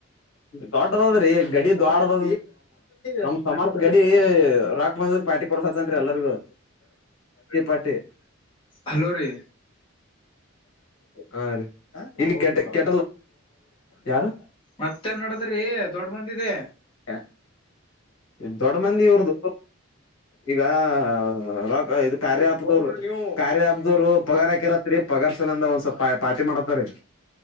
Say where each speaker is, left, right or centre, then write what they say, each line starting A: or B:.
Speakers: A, on the left; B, on the left.
A: ದೊಡ್ಡದಾದ್ರೀ ಈ ಗಡಿ ದೊಡ್ಡ ನ ನಮ ಸಮರ್ಥ ಗಡಿ ಬಂದ ಪಟಿ ಕೊಡಸತ್ತನ್ರಿ ಎಲ್ಲರಿಗೂ ಪಟಿ
B: ಹಲೋ ರೀ
A: ಹಾ ರೀ ಇಲ್ಲಿ ಕೆ ಕೆ ಯಾರು
B: ಮತ್ತೇನ್ ನಡದ್ರಿ ದೊಡ್ ಮಂದಿದೆ
A: ಹ ಇ ದೊಡ್ಡ ಮಂದಿ ಇರದು ಈಗ ರ ಇದ ಕಾರ್ಯ ಅಪ್ದವರು ಕಾರ್ಯ ಅಪ್ದವರು ಪಗಾರ ಹಾಕಿರತ್ರಿ ಪಗಾರ್ಸನಂದ ಒಂದ್ ಸ್ವಲ್ ಪಾರ್ಟಿ ಮಾಡತಾರರಿ